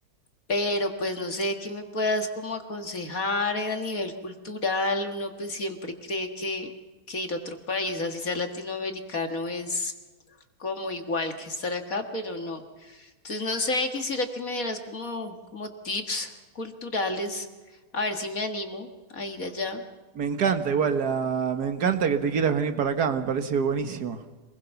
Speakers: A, on the left; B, on the right.
A: pero pues no sé qué me puedas como aconsejar eh, a nivel cultural. Uno pues siempre cree que, que ir a otro país, así sea latinoamericano, es como igual que estar acá, pero no. Entonces, no sé, quisiera que me dieras como, como tips culturales, a ver si me animo a ir allá.
B: Me encanta igual, la- me encanta que te quieras venir para acá, me parece buenísimo.